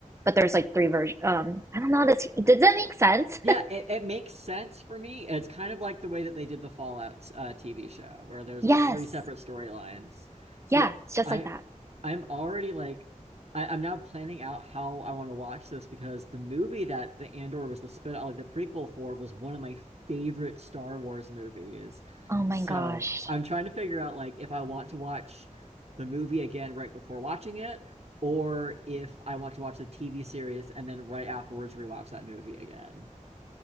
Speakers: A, on the right; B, on the right.
A: but there's like three versions. Um, I don't know. This does that make sense?
B: Yeah, it, it makes sense for me. It's kind of like the way that they did the Fallout uh, TV show, where there's
A: Yes.
B: like three separate storylines. See,
A: Yeah, it's just
B: I
A: like that.
B: I'm already like I, I'm now planning out how I want to watch this because the movie that the Andor was the spin like the prequel for was one of my favorite Star Wars movies.
A: Oh my
B: So
A: gosh.
B: I'm trying to figure out like if I want to watch the movie again right before watching it, or if I want to watch the TV series and then right afterwards rewatch that movie again.